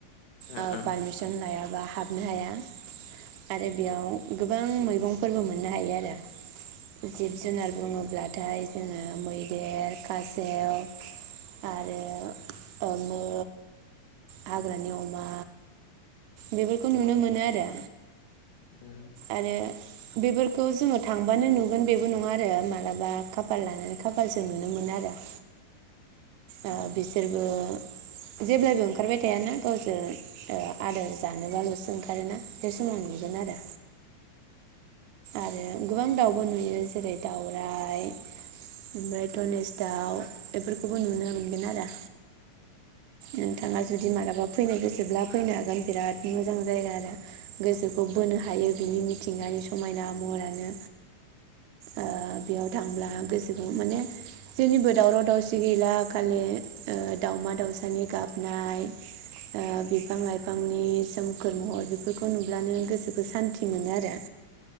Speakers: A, on the left; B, on the right.
A: ओं
B: आ
A: ओं
B: पारमिसन लायाबा हाबनो हाया। आरो बेयाव गोबां मैगंफोरबो मोननो हायो आरो। जिब जुनार बुङो ब्लाथाय जोङो मैदेर खासेव आरो ओ मै। हाग्रानि अमा बेफोरखौ नुनो मोनो आरो
A: ओ।
B: आरो बेफोरखौ जोङो थांबानो नुगोन बेबो नङा आरो मालाबा खाफाल लाना खाफालजों नुनो मोनो आरो। ओ
A: ओं
B: बिसोरबो जेब्लायबो ओंखारबाय थायाना गावसो आदार जानोबालसो ओंखारोना बे समाव नुगोन आरो आरो गोबां दाउबो नुयो जेरै दाउराइ ओमफ्राय धनेस दाउ बेफोरखौबो नुनो मोनगोन आरो। नोंथाङा जुदि मालाबा फैनो गोसोब्ला फैनो हागोन बिराद मोजां जाय गोसोखौ बोनो हायो बिनि मिथिंगानि समायना महरानो ओ बेयाव थांब्ला गोसोखौ माने जेनिबो दावराव दावसि गैला खालि ओ दाउमा दाउस सानि गाबनाय ओ बिफां लाइफांनि सोमखोर महर बिफोरखौ नुब्लानो गोसोखौ सान्थि मोनो आरो।